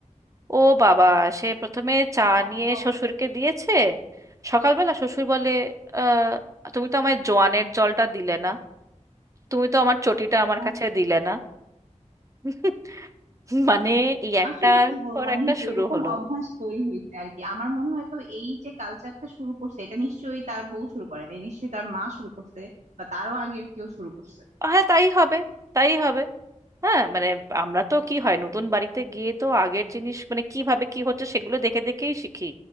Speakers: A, on the right (about 25°); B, on the right (about 65°).
A: ও বাবা সে প্রথমে চা
B: তারপর
A: নিয়ে শ্বশুরকে দিয়েছে সকালবেলা শ্বশুর বলে আহ তুমি তো আমায় জোয়ানের জলটা দিলে না তুমি তো আমার চটিটা আমার
B: আহ,
A: কাছে দিলে না <laughs> মানে এই একটার
B: আসলে কি বলবো
A: পর
B: মানে
A: একটা
B: যেরকম
A: শুরু হলো
B: অভ্যাস তৈরি হয়েছে আর কি আমার মনে হয় তো এই যে কালচারটা শুরু করছে এটা নিশ্চয়ই তার বউ শুরু করেনি নিশ্চয়ই তার মা শুরু করছে বা তারও আগের কেউ শুরু করছে
A: হ্যাঁ তাই হবে তাই হবে হ্যাঁ মানে আমরা তো কি হয় নতুন বাড়িতে গিয়ে তো আগের জিনিস মানে কিভাবে কি হচ্ছে সেগুলো দেখে দেখেই শিখি